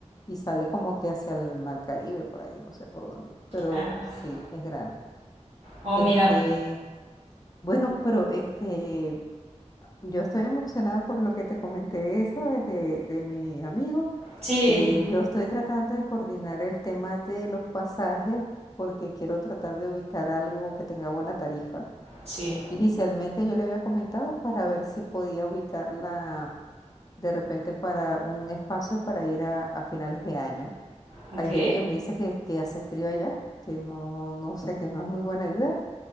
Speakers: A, on the left (about 30°); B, on the right (about 60°).
A: y sale como que hacia el Mar Caribe, por ahí, no sé por dónde, pero
B: Ah,
A: sí, es grande.
B: oh,
A: Este,
B: mira.
A: bueno, pero este, yo estoy emocionada por lo que te comenté, ¿sabes? De, de mi amigo.
B: Sí.
A: Eh, yo estoy tratando de coordinar el tema de los pasajes porque quiero tratar de ubicar algo que tenga buena tarifa.
B: Sí.
A: Inicialmente yo le había comentado para ver si podía ubicarla de repente para un espacio para ir a, a finales de año.
B: Ok.
A: Hay gente que me dice que, que hace frío allá, que no, no sé, que no es muy buena idea,